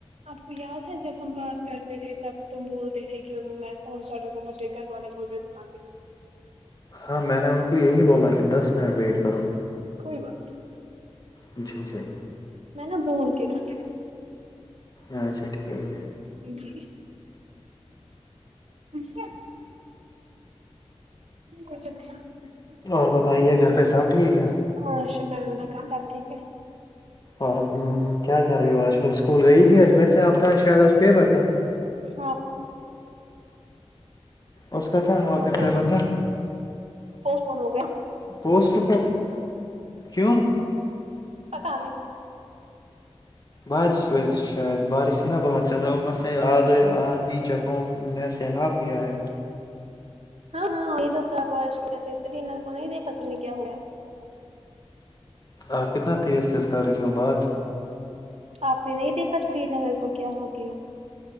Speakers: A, on the right (about 75°); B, on the left (about 35°).
A: اب یاد ہے جب ہم بات کرتے تھے تب تم بولتے تھے کہ میں فون کرو گا مجھے گھر والے بولے تو <unintelligible>
B: ہاں میں نے ان کو یہی بولا کہ دس منٹ ویٹ کرو
A: کولی بات نہی
B: جی جی
A: میں نا بول کے رہا
B: اچھا ٹھیک
A: مش <unintelligible> <inaudible> کچھ نہیں <inaudible> <unintelligible>
B: اور بتائیے گھر پہ سب ٹھیک ہے
A: ہاں شکرانندہ کا سب ٹھیک ہے
B: اور کیا کر رہی ہو آج کل اسکول گئی تھی آج میں سے آپ کا شاید آج پیپر تھا
A: ہاں
B: اس کا کیا ہوا
A: وہ
B: ڈرائیور
A: پوسٹ
B: کا
A: پوسٹ پون ہو گیا
B: پوسٹ کیوں
A: پت نہیں
B: بارش کی وجہ سے شاید بارش تھی نا بہت زیادہ اوپر سےید آدھ آدھی جگہ ہ میں سیلاب بھی آیا
A: ہاں ہاں یہ تو ساف بارش کی وجہ سے انر کو نہیں د ختم نہیں کیا ہو ہے
B: آپ کتنا تیز تیز کر رہی ہو بات
A: آپ نے نہیں دیکھا سری نگر کو کیا ہو گیا